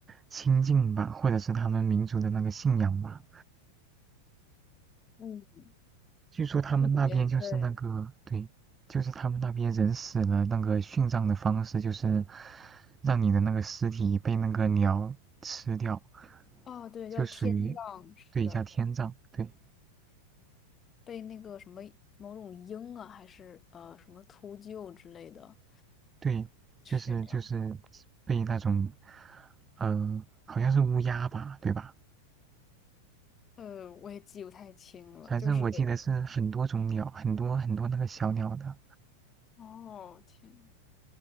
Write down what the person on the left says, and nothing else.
嗯，
它里边对，
哦，对，
叫天葬，是的。
被那个什么某种鹰啊，还是呃什么秃鹫之类的
吃掉。
呃，我也记不太清了，
就是
哦，天呐，